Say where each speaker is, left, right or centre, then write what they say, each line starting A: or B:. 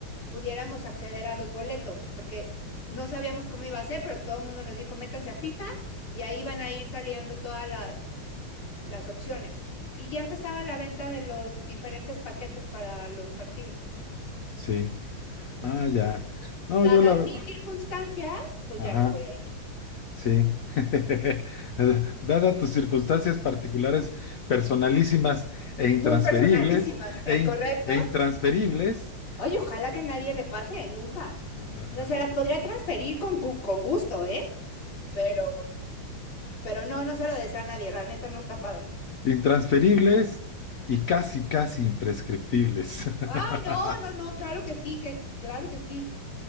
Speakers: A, on the left; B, on the left.
A: pudiéramos acceder a los boletos, porque no sabíamos cómo iba a ser, pero todo el mundo nos dijo, métanse a FIFA y ahí van a ir saliendo todas las, las opciones. Y ya empezaba la venta de los diferentes paquetes para los partidos.
B: sí. Ah, ya. No,
A: Dadas
B: yo la...
A: mis circunstancias, pues
B: Ajá.
A: ya no voy a ir.
B: Sí. <laughs> Dada tus circunstancias particulares, personalísimas e intransferibles,
A: Muy personalísimas, ¿es
B: e, in-
A: correcto?
B: e intransferibles,
A: Oye, ojalá que nadie le pase, nunca.
B: <laughs>
A: O sea, se las podría transferir con, con gusto, ¿eh? Pero, pero no, no se lo deseo a nadie, la neta no está padre.
B: intransferibles y casi, casi imprescriptibles.
A: Ay,
B: <laughs>
A: no, no, no, claro que sí, que claro que sí.